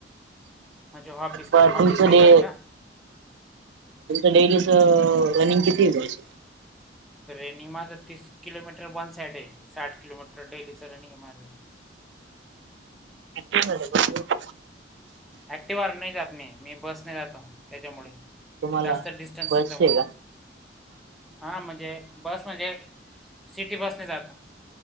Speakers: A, in the centre; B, on the right.
A: म्हणजे ऑफिस
B: प तुमचं
A: ऑफिस ते
B: डे.
A: घर का
B: तुमचं डेलीच रनिंग किती जात?
A: रेनिंग माझं तीस किलोमीटर वन साईड आहे साठ किलोमीटर डेलीचं रनिंग आहे माझं.
B: ऍक्टिवा हाय तर बर पडत.
A: ऍक्टिवान नाही जात मी मी बसनी जातो त्याच्यामुळे.
B: तुम्हाला
A: जास्त डिस्टन्स
B: बस
A: असल्यामुळे,
B: आहे का
A: हा म्हणजे बस म्हणजे. सिटी बसने जातो.